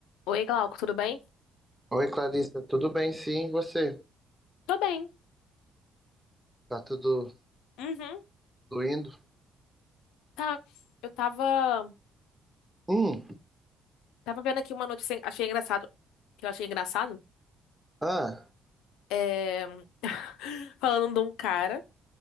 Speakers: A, on the left (about 85°); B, in the centre.
A: Oi, Glauco, tudo bem?
B: Oi, Clarissa, tudo bem? Sim, e você?
A: Tô bem.
B: Tá tudo,
A: Uhum,
B: tudo indo?
A: tá. Eu tava,
B: Hum,
A: tava vendo aqui uma notícia, achei engraçado, que eu achei engraçado,
B: ah,
A: é, <laughs> falando de um cara